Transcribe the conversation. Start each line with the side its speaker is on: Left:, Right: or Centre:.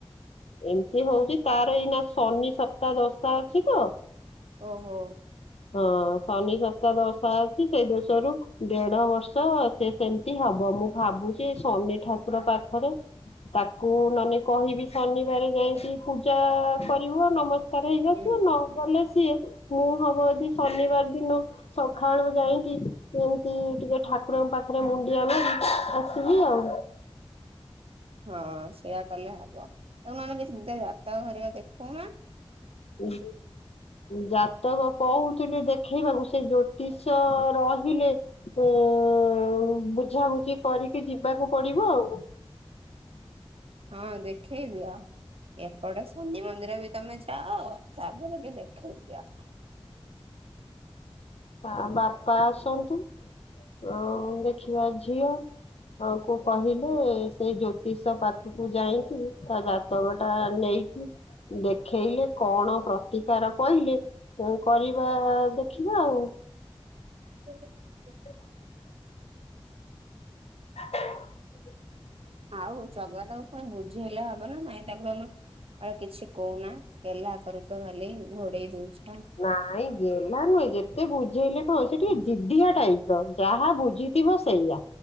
Left: ଏମିତି ହଉଛିି ତାର ଏଇନା ଶନି ସପ୍ତା ଦଶା ଅଛି ତ
Right: ଓହୋ।
Left: ହଁ ଶନି ସପ୍ତାହ ଦଶା ଅଛି ସେଇ ଦେଶରୁ ଦେଢ ବର୍ଷ ସେ ସେମିତି ହବ ମୁଁ ଭାବୁଛି ଶନି ଠାକୁର ପାଖରେ ତାକୁ ନେଲେ କହିବି ଶନିବାର ଯାଇକି ପୂଜା କରିବୁ ଆ ନବ ହେଇକି
Right: ହୁଁ।
Left: ଆସିବ ନ ଗଲେ ସିଏ ମୁଁ ହବ ଯଦି ଶନିବାର ଦିନ ସକାଳୁ ଯାଇକି ଏମିତି ଟିକେ ଠାକୁରଙ୍କ ପାଖରେ ମୁଣ୍ଡିଆ ମାରି ଆସିବି ଆଉ।
Right: ହଁ ସେଇୟା କଲେ ହବ <unintelligible> ଦେଖଉନ
Left: ହୁଁ। ଜାତକ କହୁଥିଲେ ଦେଖେଇବାକୁ ସେ ଜ୍ୟୋତିଷ ରହିଲେ ହଁ ଆଉ ବୁଝା ବୁଝି କରିକି ଯିବାକୁ ପଡିବ ଆଉ।
Right: ହଁ, ଦେଖେଇ ଦିଅ ଏପଟେ ଶନି ମନ୍ଦିର ବି ତମେ ଯାଅ ତାପରେ ବି ଦେଖଇ ଦିଅ।
Left: ଆ ବାପା ଆସନ୍ତୁ ଅ ଦେଖିବା ଝିଅ ହଁ, ଆଙ୍କୁ କହିବୁ ସେଇ ଜ୍ୟୋତିଷ ପାଖକୁ ଯାଇକି ତା ବାପା ତକଟା ନେଇକି ଦେଖେଇଲେ କଣ ପ୍ରତିକାର କହିଲେ ହଉ କରିବା କେ ଦେଖିବା ଆଉ।
Right: ହେଲେ
Left: <inaudible> <inaudible>
Right: ଆଉ ଚଗଲା ଦାକୁ କହି ବୁଝେଇଲେ ହବ ନା, ନାଇଁ ତାକୁ ଆମ ଆ କିଛି କହୁନା, ହେଲା ଆଗ ପଛ ହେଲେ ଘୋଡେଇ ଦଉଛି କାଇଁ
Left: ନାଇଁ ଗେଲ୍ହା ନୁହେଁ, ଯେତେ ବୁଝେଇଲେ କଣ ସେ ଟିକେ ଜିଦିଆ ଟାଇପ ର, ଯାହା ବୁଝିଥିବ ସେଇଆ,